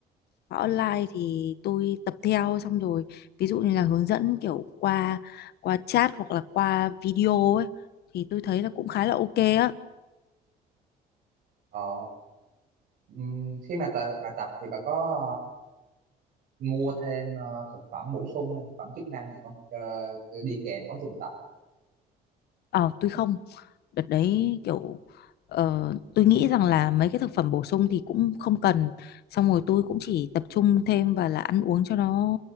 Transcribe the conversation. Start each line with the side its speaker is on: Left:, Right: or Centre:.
Left: khóa online thì tôi tập theo xong rồi ví dụ như là hướng dẫn kiểu qua qua chat hoặc là qua video ấy thì tôi thấy là cũng khá là ok á
Right: ờ, ừm, khi mà tạ- bà tập thì bà có mua thêm ờ, thực phẩm bổ sung hay thực phẩm chức năng gì không Ờ, đi kèm quá trình tập không?
Left: ờ tôi không đợt đấy kiểu ờ, tôi nghĩ rằng là mấy cái thực phẩm bổ sung thì cũng không cần xong rồi tôi cũng chỉ tập trung thêm và là ăn uống cho nó